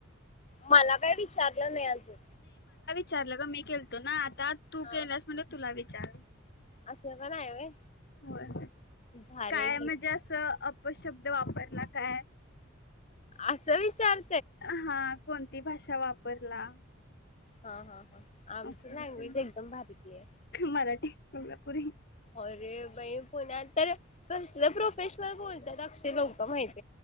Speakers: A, on the left; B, on the left.
A: मला काय विचारलं नाही अजून.
B: चारलं ग. मी केलंत ना? त्यात तू
A: हा
B: केल्यास म्हणजे तुला व चार-
A: असं पण आहे व्हय
B: होय-
A: भारी
B: काय म्हणजे
A: की
B: असं अपशब्द वापरला काय?
A: आसं विचार
B: हा. कोणती भाषा वापरला?
A: हा हा. आमची
B: असलं
A: लँग्वेज
B: विचार
A: एकदम भारितली आहे.
B: मराठी कोल्हापुरी.
A: आणि बाई, पुण्यात तर कसलं प्रोफेशनल बोलतात अक्ष- लोक माहिती-